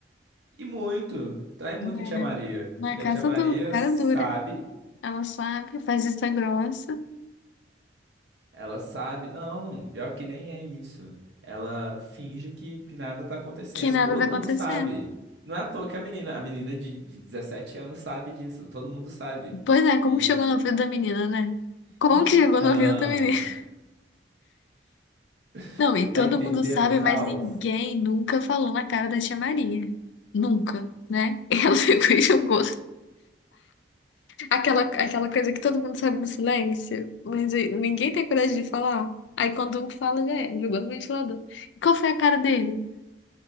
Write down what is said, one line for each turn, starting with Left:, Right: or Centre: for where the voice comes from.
Right: e muito. Trai muito
Left: É.
Right: a tia Maria.
Left: Na
Right: E
Left: casa
Right: a tia Maria
Left: do cara
Right: sabe.
Left: dura. Ela sabe, faz vista grossa,
Right: Ela sabe, não, pior que nem é isso. Ela finge que, que nada tá acontecendo.
Left: que nada
Right: Todo
Left: vai acontecer.
Right: mundo sabe. Não é à toa que a menina, a menina de, de 17 anos sabe disso. Todo mundo sabe.
Left: Pois é, como
Right: E
Left: chegou no ouvido da menina, né? Como
Right: então,
Left: que chegou no ouvido da menina? <laughs>
Right: <laughs>
Left: Não, e
Right: você tá
Left: todo
Right: entendendo
Left: mundo sabe,
Right: o caos?
Left: mas ninguém nunca falou na cara da tia Maria. Nunca, né? <laughs> E ela ficou e jogou. Aquela, aquela coisa que todo mundo sabe no silêncio, mas aí ninguém tem coragem de falar. Aí quando um fala, já é, jogou no ventilador. E qual foi a cara dele?